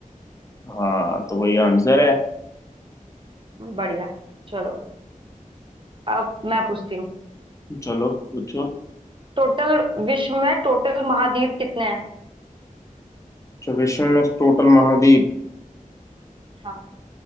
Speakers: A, on the left; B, on the right.
A: हाँ तो वही आंसर है
B: बढ़िया चलो अब मैं पूछती हूँ
A: चलो पूछो
B: टोटल विश्व में टोटल महाद्वीप कितने हैं
A: अच्छा विश्व में टोटल महाद्वीप
B: हाँ